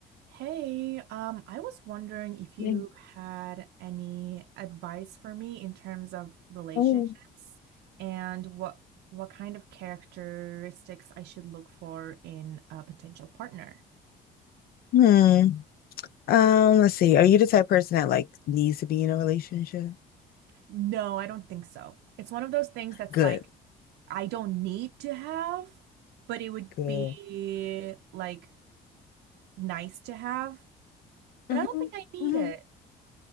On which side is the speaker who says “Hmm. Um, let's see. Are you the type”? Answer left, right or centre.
Left